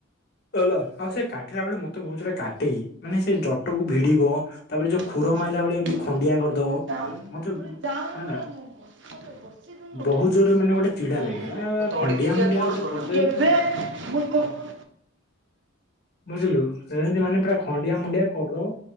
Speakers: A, on the left; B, on the right.
A: ହେଲା। ଆଉ ସେ କାଟିଲା ବେଳେ ମତେ ବହୁତ କାଟେ ମାନେ ସେ ଜଟକୁ ଭିଡିବ ତାପରେ
B: <inaudible>
A: ଯୋଉ ଖୁର ମାଇଲା ବେଳେ ଏମିତି ଖଣ୍ଡିଆ କରିଦବ
B: ଉଠେଇ
A: ମତେ ହେଲା
B: ଦେଇ କଣ
A: ବହୁତ ଜୋରରେ ମାନେ ଗୋଟେ ଚିଡା ଲାଗେ ଆ
B: <inaudible>
A: ଖଣ୍ଡିଆ ମୁଣ୍ଡିଆ ଗୋଟେ କରିଦେଇ
B: ବହୁତ <inaudible>
A: ବୁଝିଲୁ ଯେମିତି ମାନେ ପୁରା ଖଣ୍ଡିଆ ମୁଣ୍ଡିଆ କରିଦବ।